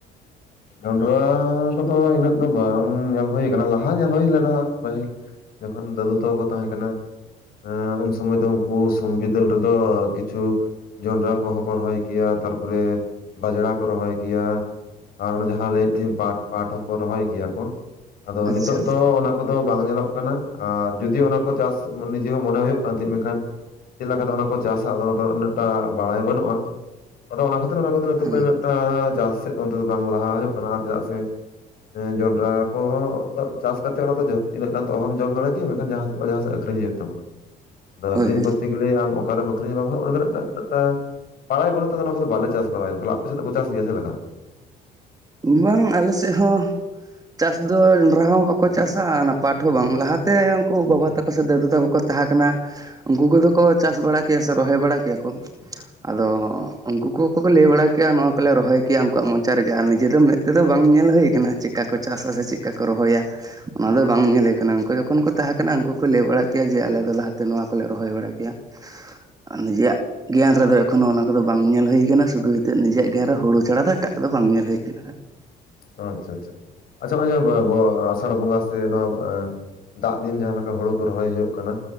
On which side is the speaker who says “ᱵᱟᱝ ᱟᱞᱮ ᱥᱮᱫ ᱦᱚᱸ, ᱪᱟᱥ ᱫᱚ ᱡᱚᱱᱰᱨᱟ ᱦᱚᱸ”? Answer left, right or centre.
Right